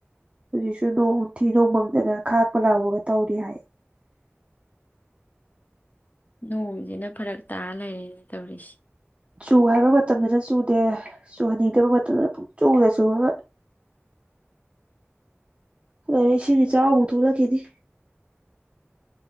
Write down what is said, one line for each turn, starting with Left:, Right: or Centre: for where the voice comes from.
Right: ꯍꯧꯖꯤꯛꯁꯨ ꯅꯣꯡ ꯊꯤꯗꯣꯡꯃꯪꯗꯅ ꯈꯥꯛꯄ ꯂꯥꯎꯕꯒ ꯇꯧꯔꯤ ꯍꯥꯏ
Left: ꯅꯣꯡꯁꯤꯅ ꯐꯔꯛ ꯇꯥ ꯂꯩꯔꯦꯅꯦ ꯇꯧꯔꯤꯁꯤ
Right: ꯆꯨ ꯍꯥꯏꯕ ꯃꯇꯝꯗꯅ ꯆꯨꯗꯦ ꯆꯨꯍꯟꯅꯤꯡꯗꯕ ꯃꯇꯝꯗꯅ ꯄꯨꯡ ꯆꯨꯗ ꯆꯨꯔꯒ ꯈꯔ ꯂꯩꯔ ꯏꯁꯤꯡ ꯏꯆꯥꯎ ꯑꯃꯨꯛ ꯊꯣꯛꯂꯛꯈꯤꯅꯤ